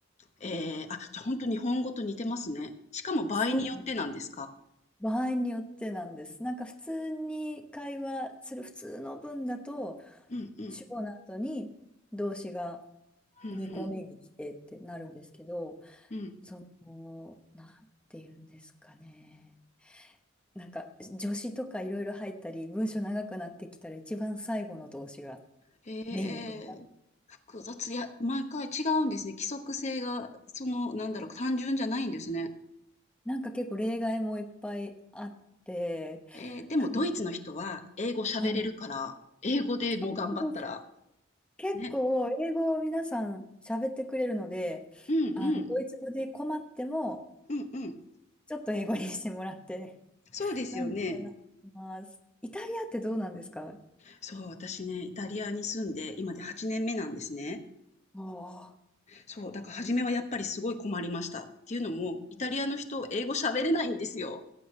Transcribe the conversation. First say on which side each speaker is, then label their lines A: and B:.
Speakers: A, on the left; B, in the centre.
A: えー、あ、じゃあ本当日本語と似てますね。しかも場合によってなんですか
B: そう。場合によってなんです。なんか普通に会話する普通の文だと、
A: うんうん。
B: 主語の後に動詞が
A: うんうん。
B: 2個目に来てってなるんですけど、
A: うん。
B: その、なんて言うんですかね。なんか助詞とかいろいろ入ったり、文章長くなってきたら一番最後の動詞が
A: へ
B: メインの動詞だ。
A: え。複雑。いや、毎回違うんですね。規則性が、その、なんだろう、単純じゃないんですね。
B: なんか結構例外もいっぱいあって、
A: えー、でもドイツの人は英語喋れるから、
B: かなり、はい、
A: 英語でもう頑張ったら、
B: そうなんです結構英語を皆さん喋ってくれるので、
A: ね。うんうん。
B: あの、ドイツ語で困っても、
A: うんうん。
B: ちょっと英語にしてもらって、
A: そうですよね。
B: なんとかなってます。イタリアってどうなんですか
A: そう、私ね、イタリアに住んで、今で8年目なんですね。
B: ああ、
A: そう、だから初めはやっぱりすごい困りました。っていうのも、イタリアの人、英語喋れないんですよ。